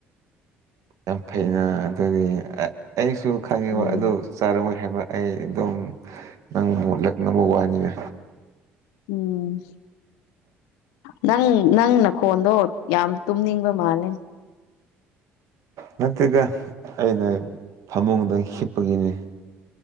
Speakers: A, on the right; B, on the left.
A: ꯌꯥꯝ ꯐꯩꯅ ꯑꯗꯨꯗꯤ ꯑꯩꯁꯨ ꯈꯪꯉꯤꯕ
B: ꯎꯝ
A: ꯑꯗꯨ ꯆꯥꯔꯝꯃꯣꯏ ꯍꯥꯏꯕ ꯑꯩ ꯑꯗꯨꯝ ꯅꯪ ꯃꯣꯠꯂꯛꯅꯕ ꯋꯥꯅꯤꯒ
B: ꯎꯝ ꯅꯪ ꯅꯪ ꯅꯈꯣꯟꯗꯣ ꯌꯥꯝ ꯇꯨꯝꯅꯤꯡꯕ ꯃꯥꯜꯂꯦ
A: ꯅꯠꯇꯦꯗ ꯑꯩꯅ ꯐꯃꯨꯡꯗ ꯍꯤꯞꯄꯒꯤꯅꯦ